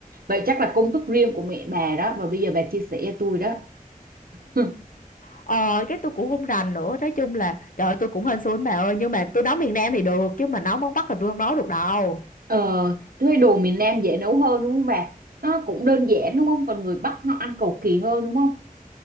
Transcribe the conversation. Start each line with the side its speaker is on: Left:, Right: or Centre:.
Right: vậy chắc là công thức riêng của mẹ bà đó và bây giờ bà chia sẻ cho tôi đó <laughs>
Left: ờ cái tôi cũng không rành nữa nói chung là trời ơi, tôi cũng hên xui lắm bà ơi nhưng mà tôi nấu miền Nam thì được chứ mà nấu món Bắc là tôi không nấu được đâu
Right: Ờ, thuê đồ miền Nam dễ nấu hơn đúng không bà? Nó cũng đơn giản đúng không? Còn người Bắc họ ăn cầu kỳ hơn đúng không?